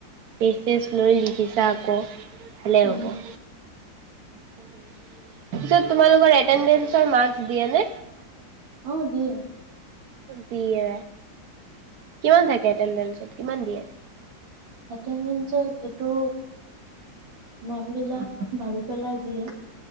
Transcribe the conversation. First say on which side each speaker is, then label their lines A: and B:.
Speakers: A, on the right; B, on the right.
A: বেছ। পেজ লৈ লিখিছা আকৌ ভাললে
B: অ
A: হ'ব উম <inaudible> তাৰপিছত তোমালোকৰ এটেডেঞ্চত মাৰ্ক্স দিয়ে নে?
B: অ দিয়ে
A: দিয়ে কিমান থাকে এটেডেঞ্চত কিমান দিয়ে?
B: এটেডেঞ্চৰ এইটো মেমবিলাক ভাবি পেলাই দিয়ে